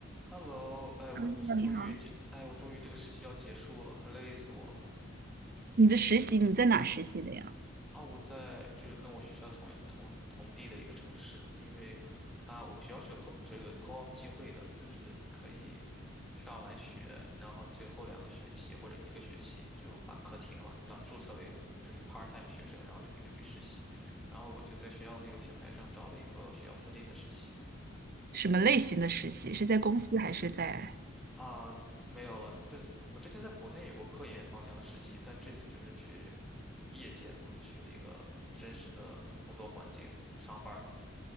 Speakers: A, in the centre; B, on the right (about 45°).
A: Hello，哎，我这终于这，
B: 嗯，你好，
A: 哎，我终于这个实习要结束了，快累死我了
B: 你的实习你在哪实习的呀？
A: 啊！我在就是跟我学校同同同地的一个城市，因为它我们学校是有 co 这个 co-op 机会的，就是你可以上完学，然后最后两个学期或者一个学期你就把课停了，你到注册为就是 part-time 学生，然后就可以出去实习。然后我就在学校那个平台上找了一个学校附近的实习
B: 什么类型的实习？是在公司还是在？
A: 啊，没有了，这次我之前在国内有过科研方向的实习，但这次就是去。业界嘛，去那个真实的工作环境上班儿。